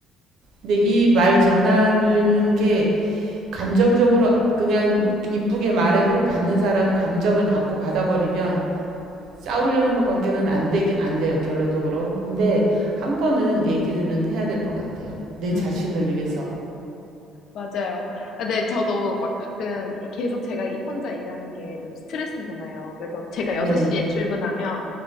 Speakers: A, on the right; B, on the left.
A: 근데 이 말
B: 맞,
A: 전하는 게 감정적으로 그냥 이쁘게 말해도 받는 사람이 감정을 갖고 받아버리면 싸우려는 것밖에는 안 되긴 안 돼요, 결론적으로. 근데 한 번은 얘기는 해야 될 것 같아요. 내
B: 음.
A: 자신을 위해서.
B: 맞아요. 아, 네, 저도 막 가끔 이렇게 계속 제가 이- 혼자 일하는 게 좀 스트레스잖아요. 그래서 제가
A: 네,
B: 6시에 출근하면